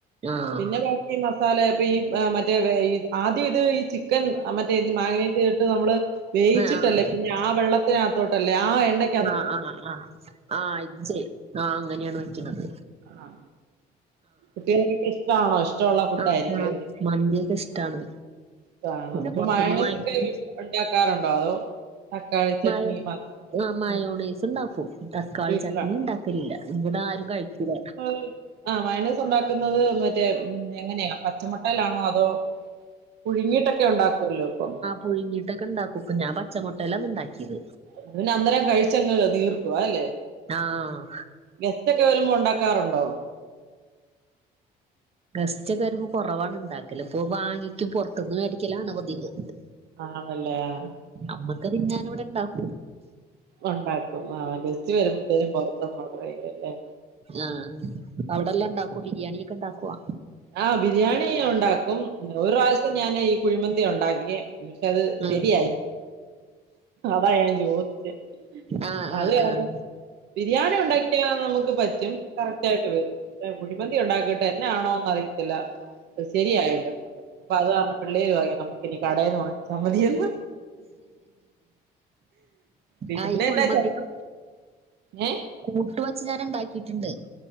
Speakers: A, on the right (about 35°); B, on the right (about 80°).
A: ആഹ്
B: പിന്നെ ബാക്കി മസാല ഇപ്പെ യീ മറ്റേ വേ ആദ്യ ഇത് ഈ ചി ക്കൻ മറ്റേ ഇത് മാഗ് നേറ്റ് ചെയ്തിട്ട് നമ്മള് വേയിച്ചിട്ടല്ലേ
A: ആഹ്
B: പിന്നെ ആ വെള്ള ത്തിനകത്തോട്ടല്ലേ ആ എണ്ണയ്
A: ആഹ് ആഹ് ആഹ് ആഹ് അജ്ജെ ആ അങ്ങനെയാണ് വയ്ക്ണത്.
B: ആഹ്. കുട്ട്യേൾക്കൊക്കെ ഇഷ്ടാണോ ഇഷ് ട്ടോള്ള ഫുഡ്ഡായിരിക്ക്യു
A: ആഹ്
B: അല്ലെ?
A: മന്തിയൊക്കെ ഇഷ്ടാണ്
B: ഇഷ്ടാണ്.
A: പിന്നെ
B: അപ്പൊ
A: പുറത്തുന്ന്
B: മയോണൈസൊക്കെ
A: വാങ്ങിക്കും
B: വീ ഉണ് ടാക്കാറുണ്ടോ അതോ. തക്കാളി ചട്നി
A: മയ
B: മാ
A: ആ മയോണേസ്ണ്ടാക്കും
B: ഉം
A: തക്കാളി
B: വീട്ടിലാണ്
A: ചട്നിണ്ടാകും ഇല്ല ഇവിടെ ആരും കഴിക്കൂല
B: ഉം ആഹ് മയോനൈസ് ഉണ്ടാക്കുന്നത് മറ്റേ എങ്ങനെയാ പച്ചമുട്ടേലാണോ അതോ പുഴുങ്ങീട്ടൊക്കെ ഉണ്ടാക്കുവല്ലോ ഇപ്പം
A: പുഴുങ്ങിട്ടൊക്കെ ഇണ്ടാക്കും ഞാൻ പച്ച മൊട്ടേലാത് ഇണ്ടാക്കിയത്
B: അത് പിന്നേ അന്നേരം കഴിച്ചങ്ങു തീർക്കും അതല്ലേ
A: ആഹ്
B: ഗെസ്റ്റക്കെ വരുമ്പോ ഉണ്ടാക്കാറൊണ്ടോ
A: ഗസ്റ്റൊക്കെ വരുമ്പോ കുറവാണ് ഇണ്ടാക്കല് ഇപ്പൊ വാങ്ങിക്കും പുറത്തുനിന്ന് മേടിക്കലാണ് പതിവ്
B: ആണല്ലേ ആഹ്
A: അമ്മക്ക് തിന്നാനിവിടെ ഇണ്ടാക്കും
B: ഉണ്ടാക്കും ആഹ് ഗസ്റ്റ് വരുമ്പോത്തേനും പുറത്തുന്നോഡറെയ്യുംല്ലേ
A: ആ അവിടെല്ലാം ഉണ്ടക്കോ ബിരിയാണിയൊക്കെ ഉണ്ടാക്കുവോ
B: ആഹ് ബിരിയാണി ഉണ്ടാക്കും ഒരു പ്രാവശ്യം ഞാനെ ഈ കുഴിമന്തി ഉണ്ടാക്കി പക്ഷേ അത്
A: ഉം
B: ശരിയായില്ല അതാ ഞാൻ ചോദിച്ചെ
A: ആഹ്
B: അത്
A: ആഹ്
B: കാരണം
A: ആഹ്
B: ബിരിയാണി ഉണ്ടാക്കിയാ നമുക്ക് പറ്റും കറക്റ്റ് ആയിട്ട് വരും കുഴിമന്തി ഉണ്ടാക്കിയിട്ട് എന്നാണോ അറിയത്തില്ല ശരിയായില്ല അപ്പത് കാരണ പിള്ളേര് പറയും നമുക്കിനി കടയേന്ന് വാങ്ങിച്ചാ മതിയെന്ന് പിന്നെന്നാ
A: ആ ഈ കുഴിമന്തിയാ
B: ഏഹ്
A: കൂട്ട് വച്ച് ഞാൻ ഉണ്ടാക്കിയിട്ടുണ്ട്